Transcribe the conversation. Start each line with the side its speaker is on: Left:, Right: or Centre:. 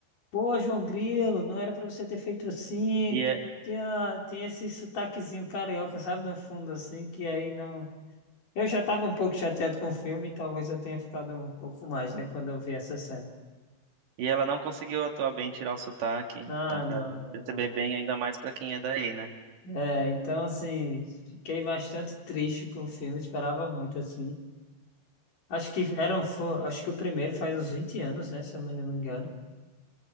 Left: pô, João Grilo, não era pra você ter feito assim.
Right: E, é-
Left: Tem, a- tem esse sotaquezinho carioca, sabe, no fundo, assim, que aí não. Eu já tava um pouco chateado com o filme, talvez eu tenha ficado um pouco mais, né, quando eu vi essa cena.
Right: e ela não conseguiu atuar bem tirar o sotaque.
Left: Não,
Right: Dá pra
Left: não, não,
Right: perceber
Left: não, não.
Right: bem, ainda mais pra quem é daí, né?
Left: É, então, assim, fiquei bastante triste com o filme, esperava muito, assim. Acho que eram, fo- acho que o primeiro faz uns 20 anos, né, se eu não me engano.